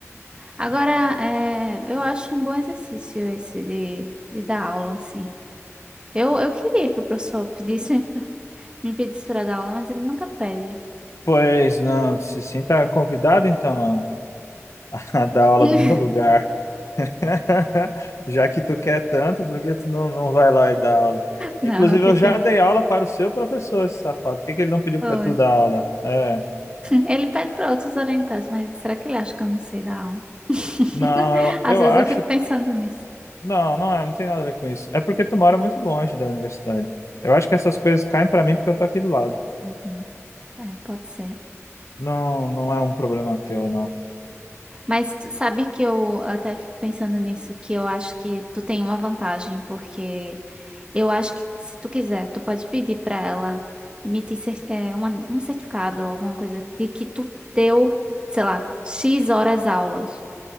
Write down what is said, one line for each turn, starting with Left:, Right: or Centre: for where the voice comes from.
Right: Agora, é, eu acho um bom exercício esse de, de dar aula, assim. Eu, eu queria que o professor pedisse, me pedisse para dar aula, mas ele nunca pede.
Left: pois não, se sinta convidado então a, <laughs> a dar aula
Right: <laughs>
Left: do meu lugar. <laughs> Já que tu quer tanto, por que tu não, não vai lá e dá aula?
Right: Não,
Left: Inclusive,
Right: porque...
Left: eu já dei aula para o seu professor, esse safado. Por que que ele não pediu para
Right: Oi.
Left: tu dar aula? É.
Right: Ele pede para outros orientados, mas será que ele acha que eu não sei dar aula? <laughs>
Left: Não, eu,
Right: Às
Left: eu
Right: vezes
Left: acho.
Right: eu fico pensando nisso.
Left: Não, não é, não tem nada a ver com isso. É porque tu mora muito longe da universidade. Eu acho que essas coisas caem para mim porque eu tô aqui do lado.
Right: Uhum. É, pode ser.
Left: Não, não é um problema teu, não.
Right: Mas tu sabe que eu até fico pensando nisso, que eu acho que tu tem uma vantagem, porque Eu acho que se tu quiser, tu pode pedir para ela emitir cer- é, uma- um certificado ou alguma coisa de que tu deu, sei lá, X horas aulas.